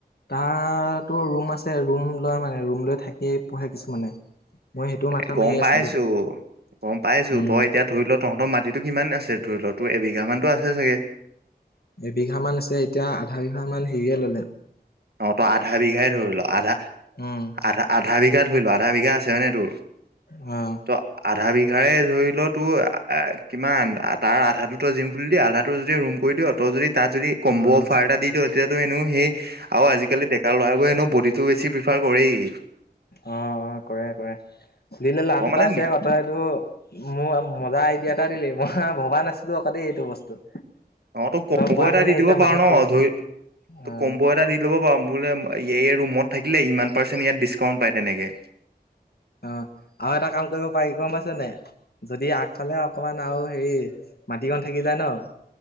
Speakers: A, on the left; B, on the right.
A: তাটো ৰুম আছে, ৰুম লয় মানে ৰুম লৈ থাকি পঢ়ে কিছুমানে। মই সেইটো মাথা
B: এ, গম
A: মাৰি
B: পাইছোঁ,
A: আছিলো
B: গম পাইছোঁ,
A: উম
B: তই এতিয়া ধৰি ল' তহঁতৰ মাটিটো কিমান আছে, ধৰি লোৱা তোৰ এবিঘা মানটো আছে চাগে।
A: এবিঘা মান আছে, এতিয়া আধা বিঘা মান হেৰিয়ে ল'লে।
B: অ', তই আধা বিঘাই ধৰি ল' আধা,
A: উম
B: আধা আধা, বিঘা ধৰি ল' আধা বিঘা আছে হয়নে নহয় তোৰ।
A: অ'।
B: ত' আধা বিঘাৰে ধৰি ল' তোৰ কিমান, তাৰ আধাটো জিম খুলি দি আধাটো যদি ৰুম কৰি দিয়, তই যদি তাত যদি কম্ব
A: অ অ
B: অফাৰ এটা দি দিয়, তেতিয়াটো এনো সেই, আৰু আজিকালি ডেকা ল'ৰাবোৰ এনেো ব টো, বেছি প্ৰিফাৰ কৰেই।
A: অ, অ', কৰে কৰে, খুলিলে লাভ
B: তই মানে
A: এটা আছে,
B: নি-
A: তই এইটো মোৰ মজা আইডিয়া এটা দিলি, মই ভবা নাছিলো আকৌ দেই এইটো বস্তু।
B: অ', তই কম্ব
A: কোৱা
B: এটা
A: কাৰণে
B: দি
A: এতিয়া
B: দিব পাৰি
A: মাথাত
B: ন'
A: পৰিছে
B: ধৰি ত
A: অ
B: কম্ব এটা দি ল'ব পাৰ, মোৰ এই এই ৰুমত থাকিলে ইমান পাৰ্চেণ্ট ইয়াত ডিছকাউণ্ট পায় তেনেকৈ।
A: অ ', আৰু এটা কাম কৰিব পাৰি, গম পাইছেনে নাই। যদি আগফালে অকমান আৰু হেৰি মাটিকন থাকি যায় ন'